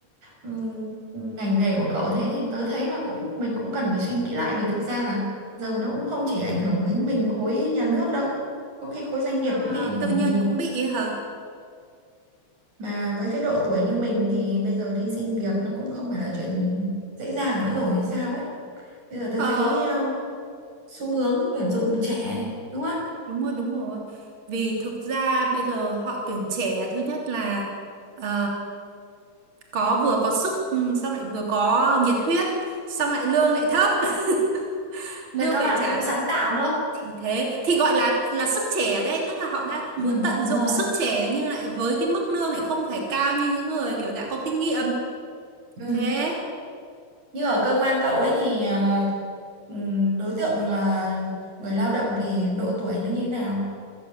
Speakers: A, on the right (about 90°); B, on the right (about 40°).
A: ừm, ngành nghề của cậu thế thì tớ thấy là cũng mình cũng cần phải suy nghĩ lại vì thực ra là giờ nó cũng không chỉ ảnh hưởng đến mình khối nhà nước đâu. Có khi khối doanh nghiệp
B: À,
A: cũng bị ảnh
B: tư
A: hưởng
B: nhân
A: nhiều.
B: cũng bị hả?
A: Mà với cái độ tuổi như mình thì bây giờ đi xin việc nó cũng không phải là chuyện dễ dàng nữa rồi hay sao ấy. Bây giờ tôi
B: Ờ,
A: thấy ờ, xu hướng tuyển dụng trẻ đúng không?
B: đúng rồi, đúng rồi. Vì thực ra bây giờ họ tuyển trẻ thứ nhất là ờ, có vừa có sức ừ, xong lại vừa có nhiệt huyết, xong lại lương lại thấp, <laughs> lương
A: Rồi các
B: phải
A: bạn
B: trả
A: ấy cũng
B: th-
A: sáng tạo nữa.
B: thì thế thì gọi là là sức trẻ đây, tức là họ đã muốn
A: Ừ,
B: tận
A: đúng
B: dụng
A: rồi.
B: sức trẻ nhưng lại với cái mức lương lại không phải cao như những người kiểu đã có kinh nghiệm.
A: Ừ.
B: Thế
A: Như ở cơ quan cậu ấy thì ờ, ừm, đối tượng ờ, người lao động thì độ tuổi nó như nào?